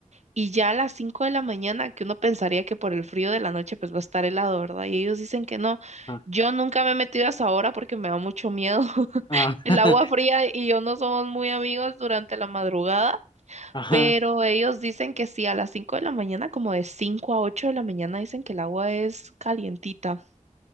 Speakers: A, on the right; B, on the left.
A: y ya a las 5 de la mañana, que uno pensaría que por el frío de la noche pues va a estar helado, ¿verdad? Y ellos dicen que no.
B: ajá,
A: Yo nunca me he metido a esa hora porque me da mucho miedo. <laughs>
B: ah,
A: El
B: <laughs>
A: agua fría y yo no somos muy amigos durante la madrugada,
B: ajá.
A: pero ellos dicen que sí, a las 5 de la mañana, como de 5 a 8 de la mañana, dicen que el agua es calientita,